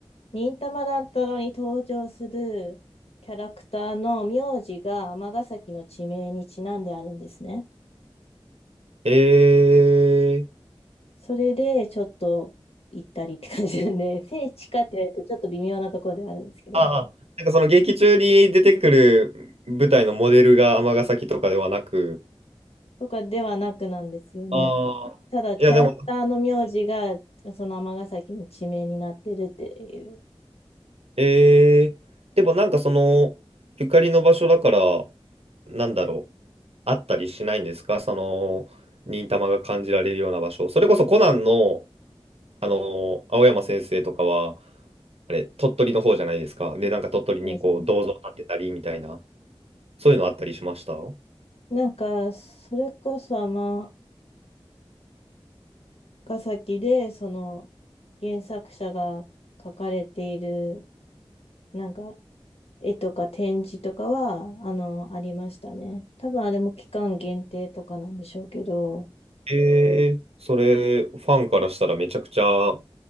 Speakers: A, on the left; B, on the right.
A: 忍たま乱太郎に登場するキャラクターの名字が尼崎の地名にちなんであるんですね。
B: ー、えー、
A: それでちょっと行ったりって感じなんで、<laughs> 聖地かって言われるとちょっと微妙なところではあるんですけど、
B: ああ、なんかその劇中に出てくる舞台のモデルが尼崎とかではなく、
A: とかではなくなんですよね。
B: ああ、
A: ただキャラクターの名字がその尼崎の地名になってるっていう。
B: いや、でも、えー、でもなんかその、ゆかりの場所だから、なんだろう、あったりしないんですかその、忍たまが感じられるような場所。それこそコナンの、あの、青山先生とかは、あれ、鳥取の方じゃないですか。で、なんか鳥取にこう、
A: そうですね
B: 銅像建てたりみたいな、そういうのあったりしました
A: なんか、それこそ尼崎でその原作者が書かれているなんか絵とか展示とかは、あの、ありましたね。多分あれも期間限定とかなんでしょうけど、
B: えー、それ、ファンからしたらめちゃくちゃ